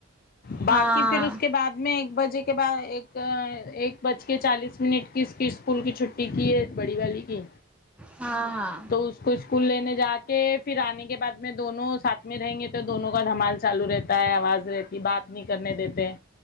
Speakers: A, on the left; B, in the centre.
A: باقی
B: ہاں
A: پھر اس کے بعد میں ایک بجے کے بعد ایک ایک بج کے چالیس منٹ کی اس قسط اسکول کی چھٹی کی ہے بڑی والی کی
B: ہاں ہاں
A: تو اس کو اسکول لینے جا کے پھر آنے کے بعد میں دونوں ساتھ میں رہیں گے تو دونوں کا دھمال چالو رہ تا ہے آواز رہتی بات نہیں کرنے دیتے